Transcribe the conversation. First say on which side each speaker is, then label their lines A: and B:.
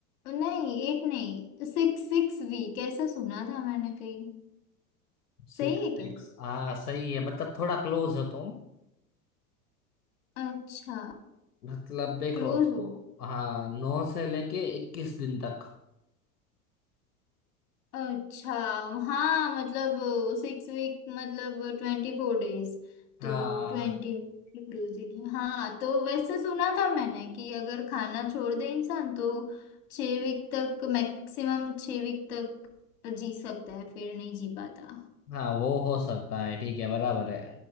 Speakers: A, on the left; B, on the left.
A: नहीं एट नहीं सिक्स सिक्स वीक ऐसा सुना था मैंने कहीं
B: सिक्स
A: सही है क्या
B: सिक्स हाँ सही है मतलब थोड़ा क्लोज हो तुम
A: अच्छा
B: मतलब देखो
A: क्लोज हो
B: हाँ नौ से लेके इक्कीस दिन तक
A: अच्छा हाँ मतलब सिक्स वीक मतलब ट्वेंटी फोर डेज
B: हाँ
A: तो ट्वेंटी इंक्लूसिव है हाँ तो वैसे सुना था मैंने कि अगर खाना छोड़ दे इंसान तो छः वीक तक मैक्सिमम छः वीक तक जी सकता है फिर नहीं जी पाता
B: हाँ वो हो सकता है ठीक है बराबर है